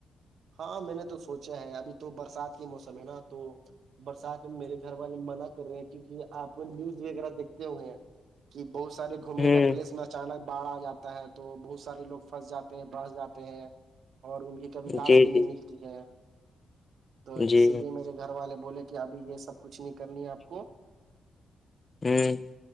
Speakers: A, on the right; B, on the left.
A: ہاں میں نے تو سوچا ہے ابھی تو برسات کے موسم ہے نا تو برسات میں میرے گھر والے منع کر رہے ہیں کیونکہ آپ نیوز وغیرہ دیکھتے ہوئے ہیں کہ بہت سارے گھومنے
B: ہ
A: کا پلیس میں اچانک باڑھ آ جاتا ہے تو بہت سارے لوگ پھنس جاتے ہیں بس جاتے ہیں اور ان کی کبھی لاس
B: جی
A: <unintelligible>
B: جی
A: ہے تو
B: جی
A: اسی لیے میرے گھر والے بولے کہ ابھی یہ سب کچھ نہیں کرنی ہے آپ کو
B: ہوں